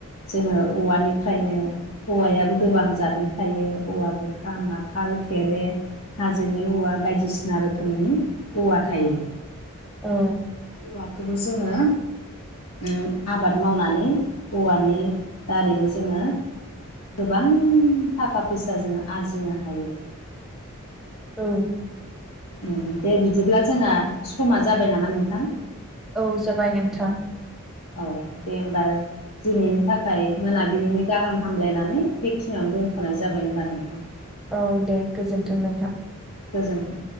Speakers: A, on the left; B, in the centre.
A: जोङो औवानिफ्रायनो औवायाबो गोबां जादनि थायो औवा बुरखा नाखाल थेरे हाजोनि औवा बायदिसिना रोखोमनि औवा थायो
B: औ
A: बे औवाखौबो जोङो उम आबाद मावनानै औवानि दारैबो जोङो गोबां थाखा फैसा जोङो आरजिनो हायो
B: औ
A: उम दे बिदिब्ला जोंहा समा जाबाय नामा नोंथां
B: औ जाबाय नोंथां
A: औ दे होनबा दिनैनि थाखाय मोनाबिलिनि गाहाम हामलायनानै बेखिनियावनो दोनथ'नाय जाबाय होनबा नों थां
B: औ दे गोजोन्थों नोंथां
A: गोजोन्थों